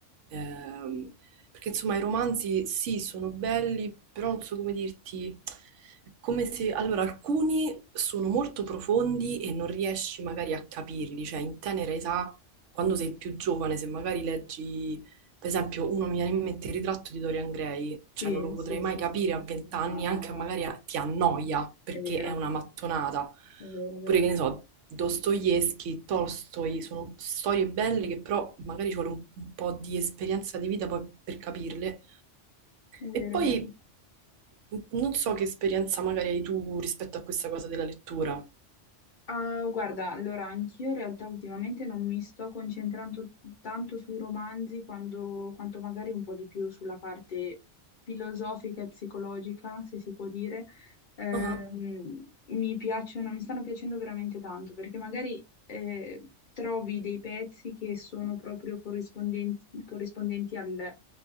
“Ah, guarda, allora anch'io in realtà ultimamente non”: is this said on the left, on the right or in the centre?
Left